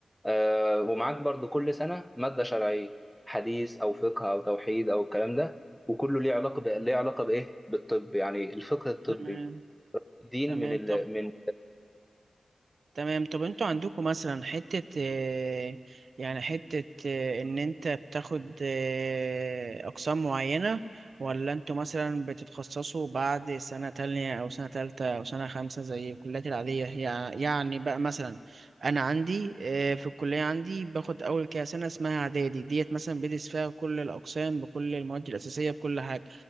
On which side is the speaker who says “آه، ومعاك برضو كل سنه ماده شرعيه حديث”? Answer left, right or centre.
Centre